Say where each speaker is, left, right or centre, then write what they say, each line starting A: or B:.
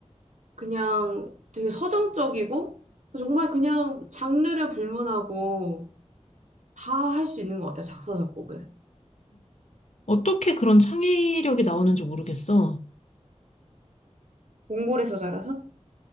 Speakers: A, on the right; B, on the left.
A: 그냥 되게 서정적이고 정말 그냥 장르를 불문하고 다 할 수 있는 것 같아, 작사, 작곡을.
B: 어떻게 그런 창의력이 나오는지 모르겠어.
A: 몽골에서 자라서?